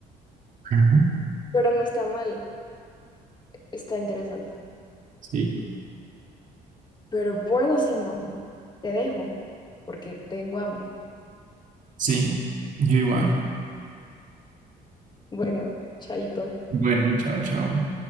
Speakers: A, on the right; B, on the left.
A: <laughs>
B: pero no está mal, está interesante.
A: Sí,
B: Pero bueno, Simón, te dejo porque tengo hambre.
A: sí, yo igual.
B: Bueno, chaito.
A: Bueno, chao, chao.